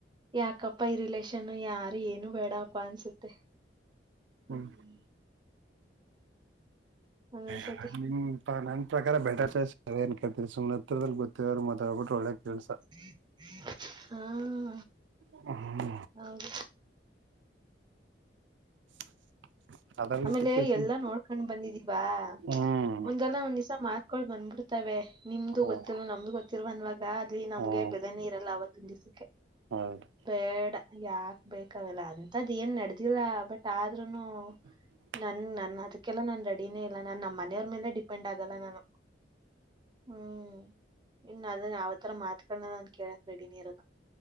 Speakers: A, on the right; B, on the right.
A: ಯಾಕಪ್ಪ ಈ ರಿಲೇಷನ್ ಯಾರು ಏನು ಬೇಡಪ್ಪ ಅನ್ಸುತ್ತೆ. ಹ್ಮ್
B: ಹ್ಮ್
A: ಒಂದೊಂದ್ಸತಿ
B: ಹ ಹ ನನ್ ಪ್ರಕಾರ ಬ ಬೆಟರ್ೇಸ್ ಏನ್ ಕೇತೀರಿ ಸು್ ಹತ್ತತ್ರದಲ್ಲಿ ಗೊತ್ತಿದ್ರು ಮತ್ತ್ ಹ್ಬಿಟ್ಟ್ರ ಒಳ್ಳೆ ಕೆಲ್ಸ
A: ಹ್ಮ ಹ್ಮ ಹಾ
B: ಹ ಹ
A: ಹೌದು
B: <inaudible>
A: ಆಮೇಲೆ
B: ಚಿಕ್ಕ ವಯಸ್ಸಿನ
A: ಎಲ್ಲಾ ನೋಡ್ಕೊಂಡ್ ಬಂದಿದೀವಾ
B: ಹ್ಮ್
A: ಒಂದಲ್ಲ ಒಂದ್ ದಿವ್ಸ ಮಾತ್ ಕಳ ಬಂದಬಿಡ್ತವೆೆ ನಿಮ್ದು
B: ಹ್ಮ್
A: ಗೊತ್ತಿಲ್ ನಮ್ದು ಗೊತ್ತಿಲ್ವ ಅನ್ವಾಗ ಅಲ್ಲಿ ನಮ್ಗೆ
B: ಹ್ಮ್
A: ಬೆದ ನೀರಲ್ಲ ಆ ಅವತ್ತಿನ ದಿಸಕ್ಕೆ
B: ಹೌದು
A: ಬೇಡ ಯಾಕ್ ಬೇಕಾವೆಲ್ಲ ಅಂತದ್ ಏನ್ ನಡೆದಿಲ್ಲ ಬಟ್ ಆದ್ರೂನು
B: <inaudible>
A: ನನ್ ನನ್ ಅದಕ್ಕೆಲ್ಲಾ ನಾನ್ ರೆಡಿನೇ ಇಲ್ಲ ನಾನ್ ನಮ್ಮ ಮನೆಯವ್ರ ಮೇಲೆ ಡಿಪೆಂಡ್ ಆಗಲ್ಲ ನಾನು ಹ್ಮ್ ಇನ್ ಅದನ್ನ ಯಾವತರ ಮಾತುಗಳನ್ನ ನಾನನ್ ಕೇಳಕ್ ರೆಡಿನಿ ಇರೋದ